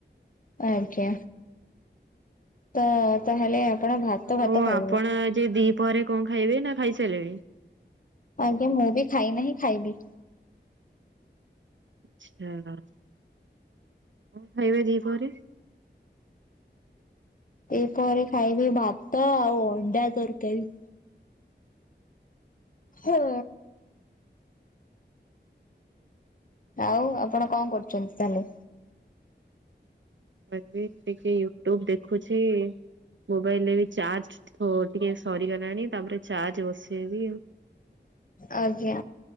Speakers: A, on the left; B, on the right.
A: ଆଜ୍ଞା। ତ ତାହେଲେ ଆପଣ ଭାତ ଭାତ
B: ଆଉ
A: ଖାଇବେ।
B: ଆପଣ ଆଜି ଦିପହରେ କଣ ଖାଇବେ ନା ଖାଇସାରିଲେଣି?
A: ଆଜ୍ଞା ମୁଁ ବି ଖାଇ ନାହିଁ ଖାଇବି।
B: ଆଚ୍ଛା କଣ ଖାଇବେ ଦିପହରେ?
A: ଦିପହରେ ଖାଇବି ଭାତ ଆଉ ଅଣ୍ଡା ତରକାରୀ। ହଁ। ଆଉ ଆପଣ କଣ କରୁଛନ୍ତି ତାହେଲେ?
B: ମୁଁ ଏଇଠି ଟିକେ ୟୁଟ୍ୟୁବ ଦେଖୁଛି ମୋବାଇଲ ଚାର୍ଜ ପ ଟିକେ ସରିଗଲାଣି ତାପରେ ଚାର୍ଜ ବସେଇବି ଆଉ।
A: ଆଜ୍ଞା।